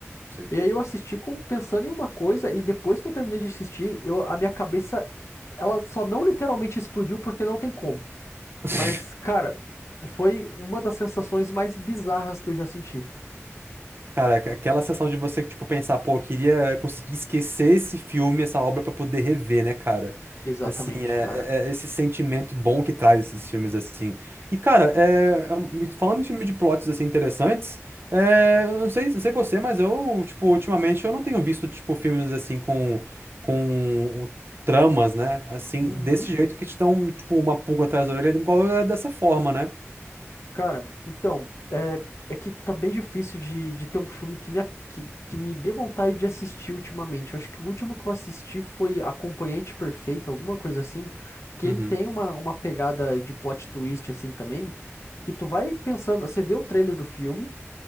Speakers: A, on the right; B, on the left.
A: sei.
B: E aí eu assisti com, pensando em uma coisa, e depois que eu terminei de assistir, eu, a minha cabeça, ela só não literalmente explodiu, porque não tem como.
A: <laughs>
B: Mas, cara, foi uma das sensações mais bizarras que eu já senti.
A: Cara, aqu- aquela sensação de você, tipo, pensar, pô, eu queria conseguir esquecer esse filme, essa obra, pra poder rever, né, cara?
B: Exatamente,
A: Assim, é,
B: cara.
A: é- é esse sentimento bom que traz esses filmes, assim. E, cara, é, é um- falando em filme de plots, assim, interessantes, é, eu não sei, não sei você, mas eu, tipo, ultimamente eu não tenho visto, tipo, filmes, assim, com, com tramas, né? Assim,
B: Uhum.
A: desse jeito que te dão, tipo, uma pulga atrás da orelha, igual é dessa forma, né?
B: Cara, então, é, é que tá bem difícil de, de ter um filme que me, a- que, que me dê vontade de assistir ultimamente. Eu acho que o último que eu assisti foi Acompanhante Perfeito, alguma coisa assim, que
A: Uhum.
B: ele tem uma, uma pegada de plot twist assim também, que tu vai pensando, você vê o trailer do filme.